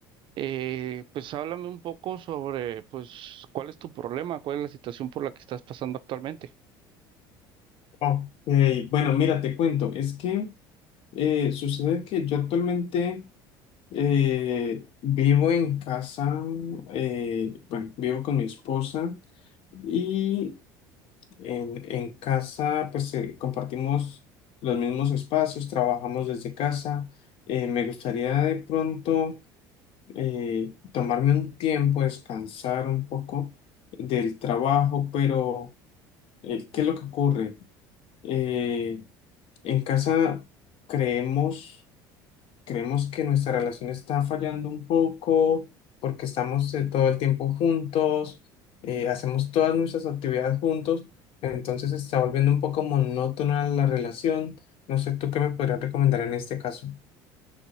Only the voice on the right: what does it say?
Eh, pues háblame un poco sobre pues cuál es tu problema, cuál es la situación por la que estás pasando actualmente.